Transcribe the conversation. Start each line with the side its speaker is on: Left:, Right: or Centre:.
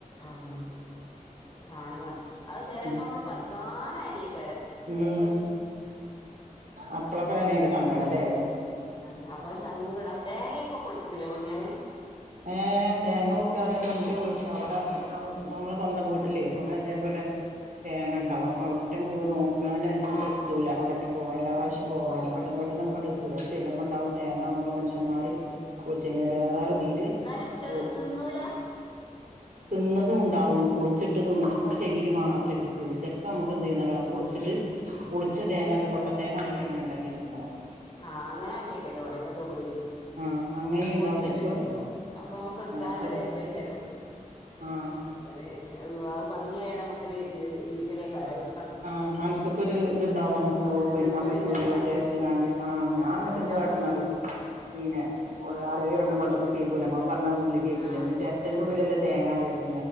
Left: ആഹ് സാനംള്ളോണ്ട് അത് ചെലേപമ്മള്
Right: ഉം
Left: പറിക്കാനായതേ-
Right: ഉം അപ്പളാക്കാരയ്ന്റെ സങ്കടല്ലേ
Left: ആഹ് അപ്പൊ ഒരു സങ്കട തേങ്ങൊക്കെ പൊളിക്കൂലേ പന്നേള്?
Right: ഏ തേങ്ങ പൊളിക്കാതെ അപ്പൊ ന്റെ വീട്ടില് അവിടെ ന്റെ നമ്മളെ സ്വന്തം വീട്ടിലേ അവടെ ഇതേപോലെ തേങ്ങ ഇണ്ടാവും അപ്പ
Left: ഉം
Right: അവട് റ്റം പോയി നോക്കാന് അങ്ങട്ട് എത്തൂല്ല അവിടെറ്റം പോവാ എല്ലാ പ്രാവശ്യം പോവാനേ പെട്ടന്ന് പെട്ടന്ന് നമ്മക്ക് എത്തൂല അവടെ ചെല്ലുമ്പോ ഇണ്ടാവും തേങ്ങ നമ്മള് മനുഷ്യന്മാര് പൊളിച്ചേനേലേറെ ഇതില്
Left: ഇന്നാലും
Right: പൊളിച്ച്
Left: തിന്നൂല്ല
Right: തിന്നതും ഇണ്ടാവും പൊളിച്ചിട്ടതുണ്ടാവും ചകിരി മാത്രെ കിട്ടൊള്ളൂ ചെലപ്പോ നമുക്ക് എന്തെയ്യുന്നറിയോ പൊളിച്ചിട്ട് പൊളിച്ച് തേങ്ങ നല്ല കൊട്ടത്തേങ്ങമാരി അങ്ങനെ ഇണ്ടാക്കെച്ചിട്ട്ണ്ടാവും
Left: ആ അങ്ങനെ ആക്കിയക്കല് ഇവടൊക്കെ തൊടൂല്
Right: ആഹ് അങ്ങനെ ഉണ്ടാവും
Left: പൊളിച്ചിട്ടെച്ചീണോ
Right: ചിലപ്പോ
Left: അപ്പൊ
Right: ആഹ്
Left: നമ്മുക്ക്
Right: അങ്ങനെ
Left: ഇട്ക്കാനൊര്
Right: നല്ല വൃത്തി
Left: ഇതേക്കാരം
Right: ആഹ്
Left: ഒരു വാ അത്‌ പന്നിയായോണ്ട് നമുക്കൊരു ഈചലേക്കാരം അത്‌
Right: ആഹ് മനസ്സ്ക്കൊരു ഇത്ണ്ടാവും നമക്ക്
Left: ആഹ്
Right: ഉപയ്ച്ചാൻ
Left: തിർപ്പതി
Right: പറ്റൂല്ലോ
Left: ഇണ്ടാവൂല
Right: വിചാരിച്ച് ജികാണ്ട് ആ ഞാൻ ഇന്നിട്ട് എന്ത
Left: ഞങ്ങ
Right: കാട്ടന്നറിയോ പിന്നെ ആറേഴ്‌ വട്ടം വെള്ളത്തിൽ കെയ്കൂലേ ഞമ്മള് പറഞ്ഞാ മതീലേ കെയ്കൂലേ
Left: ആഹ്
Right: പിന്നെ ചെരട്ടൻ്റെ
Left: ആഹ്
Right: ഉള്ളിലെല്ലേ തേങ്ങാ വിചാരിച്ച്